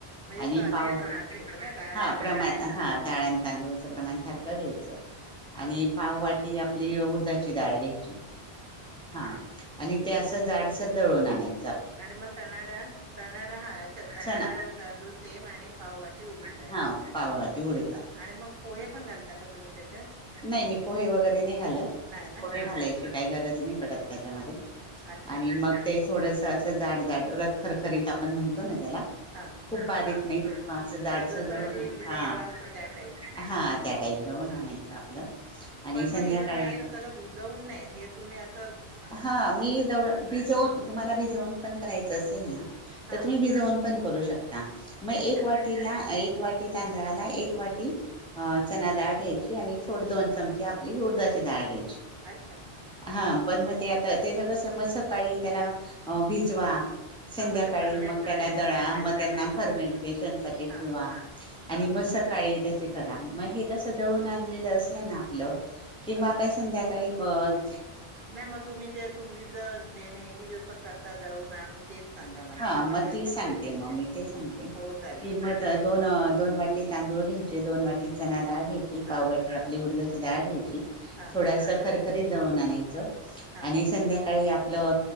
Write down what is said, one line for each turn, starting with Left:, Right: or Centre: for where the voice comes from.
Right: म्हणजे
Centre: आणि
Right: सारखे
Centre: पाव
Right: प्रमाण घ्यायचं का डाळ
Centre: हा
Right: आणि
Centre: प्रमाण
Right: तांदूळ
Centre: हा ताळ आणि तांदूळाचं प्रमाण सारखं घ्यायचं
Right: हा
Centre: आणि पाव वाट आपली उडधाची डाळ घ्यायची हा आणि ते असं जाडसर दळवणार नाही
Right: आणि मग चणाडा चणाडा हा अच्छा चणाडा
Centre: चना
Right: तांदूळ सेम आणि पाववाटी उडील
Centre: हा
Right: हा
Centre: पाववाटी उडीद डाळ
Right: आणि मग पोहे पण घालता का तुम्ही त्याच्यात
Centre: नाही मी पोहे वगैरे नाही घालात
Right: नाही ना
Centre: पोहे
Right: हा
Centre: घालायचे काही गरज नाही पडत त्याच्यामध्ये
Right: अच्छा
Centre: आणि मग ते थोडस असं जाड जाड खरखरीत आपण म्हणतो ना
Right: हा
Centre: खूप बारीक
Right: हा
Centre: नाही
Right: असं
Centre: मा झाडसर
Right: हा जसं
Centre: द
Right: म्हणजे
Centre: ना
Right: इडलीचा रवा
Centre: हा
Right: असतो त्या टाईप
Centre: हा त्या टाईप दवन
Right: हा
Centre: आणायचं आपलं आणि
Right: पण
Centre: संध्याकाळी
Right: मग हे तुम्ही आता सगळं भिजवून तुम्ही अस
Centre: हा मी दळून भिजवून तुम्हाला भिजवून पण करायचं असेल ना
Right: हा
Centre: तर तुम्ही भिजवून. पण करू शकता म
Right: अच्छा
Centre: एक वाटीला अ एक. एक वाटी तांदळाला एक वाटी अ चणाडाळ घ्यायची आणि थोडं दोन
Right: हा
Centre: चमचे आप पली उडदाची दाळ घ्याय.
Right: अच्छा!
Centre: हा पण मग ते आता त्याच कसं मग सकाळी त्याला अ भिजवा. संध्याकाळी
Right: हा मग ते फर्मेट
Centre: मग
Right: व्हाय
Centre: त्याला
Right: ठे
Centre: दळा
Right: ठेवायचं
Centre: मग त्यांना
Right: सगळं
Centre: फर्मेंटेशनसाठी
Right: हा
Centre: ठेवा आणि
Right: हा
Centre: म.
Right: हा
Centre: सकाळी त्याचे. करा म हे कस दळून
Right: हा
Centre: आणलेलं असलं ना आपलं कि
Right: हा
Centre: म आपण संध्याकाळी. अब.
Right: नाही मग तुम्ही ते तुम्ही ज नेहमी हमी जसं करता दळून आणून. तेच सांगा मला
Centre: हा
Right: तुम्ही
Centre: मग
Right: त्याचीच
Centre: ती सांगते
Right: रेसिपी
Centre: मग मी ती सांगते
Right: हो चालेल
Centre: की मग दोन दोन वाटी तांदूळ. घ्यायचे दोन वाटी. चणाडाळ घ्यायची,
Right: हां
Centre: पाववाटी आपली उडदाची डाळ घ्यायची
Right: हां
Centre: थोडसं खरखरीत दळून आणायचं. चं
Right: हां
Centre: आणि संध्याकाळी आपलं